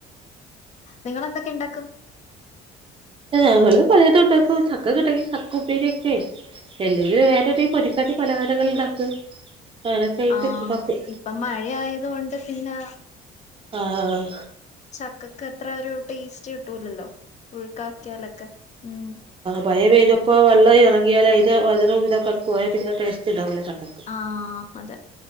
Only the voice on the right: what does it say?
ഞങ്ങള് പലേതു ഉണ്ടാക്കും ചക്ക കിട്ടൂങ്കി ചക്ക ഉപ്പേരിയൊക്കെ- അല്ലെങ്കിലും വേറെ രീതി പൊരിക്കാട്ടി പലഹാരകൾ ഉണ്ടാക്ക് അനൊക്കെ ആയിട്ട്
ഇതാക്കും
ആഹ്
മയ പെയ്തപ്പോൾ വള്ളം എറങ്ങിയാലതിൻ്റെ മധുരോം ഇതൊക്കെ പോയാൽ പിന്നെ ടേസ്റ്റ് ഉണ്ടാവില്ലേ ചക്കക്ക്-